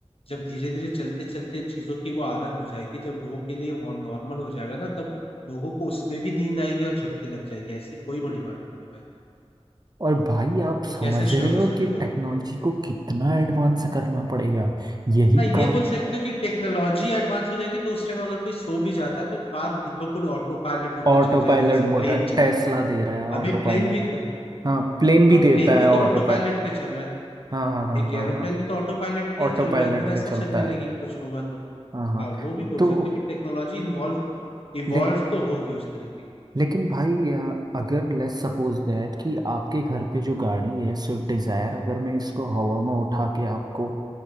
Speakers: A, on the left; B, on the right.
A: जब धीरे धीरे चलते चलते चीजों की वो आदत हो जाएगी जब लोगों के लिए वो नॉर्मल हो जाएगा ना तब लोगों को उसमें भी नींद आएगी और झपकी लग जाएगी ऐसी कोई बड़ी बात नहीं है भाई
B: और भाई आप
A: तुम
B: समझ
A: कैसे श्योर
B: रहे
A: हो
B: हो
A: सकते
B: कि
A: हो
B: टेक्नोलॉजी को कितना एडवांस करना पड़ेगा यही
A: हाँ ये
B: कार
A: बोल सकते हो कि टेक्नोलॉजी एडवांस हो जाएगी तो उस टाइम अगर कोई सो भी जाता है तो कार खुद ब खुद ऑटो पायलट होके
B: ऑटो
A: चल जाएगी
B: पायलट
A: जैसे
B: मोटा
A: प्लेन चलते
B: टेस्ला
A: हैं
B: दे रहा है ऑटो
A: अभी
B: पायलट
A: प्लेन भी तो
B: हाँ प्लेन भी
A: हाँ
B: देता
A: प्लेन भी
B: है
A: तो
B: ऑटो
A: ऑटो पायलट
B: पायलट
A: पे चल रहा है
B: हाँ हाँ हाँ
A: एक
B: हाँ
A: एरोप्लेन
B: हाँ
A: भी तो ऑटो पायलट पे ही
B: ऑटो
A: चल
B: पायलट
A: रहा है तो वैसा
B: पे चलता
A: चलने लगेगी
B: है
A: कुछ होगा तो
B: हाँ हाँ
A: हाँ वो भी बोल
B: तो
A: सकते हो कि टेक्नोलॉजी इन्वॉल्व इवॉल्व
B: ले,
A: तो होगी उस तरीके की
B: लेकिन भाई अ, अगर लेट्स सपोज दैट कि आपके घर पे जो गाड़ी है स्विफ्ट डिज़ायर अगर मैं इसको हवा में उठा के आपको